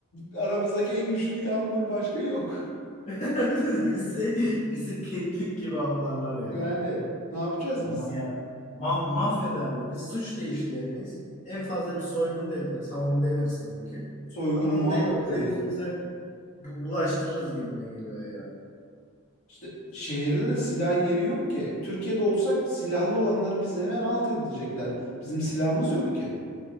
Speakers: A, on the left (about 75°); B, on the left (about 35°).
A: Aramızdaki en güçlü yağmur başka yok.
B: <laughs> Bizi, bizi bizi keklik gibi avlarlar ya.
A: Yani ne yapacağız
B: Ma-
A: biz?
B: ya, mah- mahvederler. Biz suç da işleyemeyiz. En fazla bir soygun deneriz. Ha onu deneriz tabii ki.
A: Soygunu
B: Ama onu
A: muhakkak
B: da elimize
A: denerim.
B: yüzümüze bu- bulaştırırız gibime geliyor ya.
A: İşte şehirde de silah yeri yok ki. Türkiye'de olsak silahlı olanlar bizi hemen alt edecekler. Bizim silahımız yok ki.